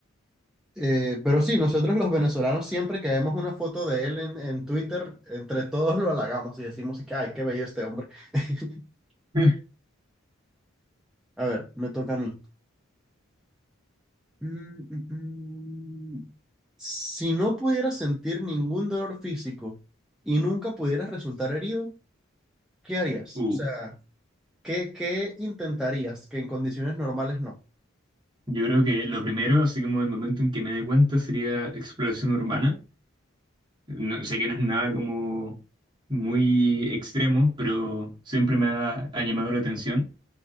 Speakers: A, in the centre; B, on the right.
A: Eh, pero sí, nosotros los venezolanos siempre que vemos una foto de él en, en Twitter, entre todos lo halagamos y decimos que, ay, qué bello este hombre. <laughs>
B: <laughs>
A: A ver, me toca a mí. Mm, mm, mm. Si no pudieras sentir ningún dolor físico y nunca pudieras resultar herido, ¿qué harías?
B: Uh,
A: O sea, ¿qué, qué intentarías que en condiciones normales no?
B: Yo creo que lo primero, así como el momento en que me dé cuenta, sería exploración urbana. No, sé que no es nada como muy extremo, pero siempre me ha, ha llamado la atención.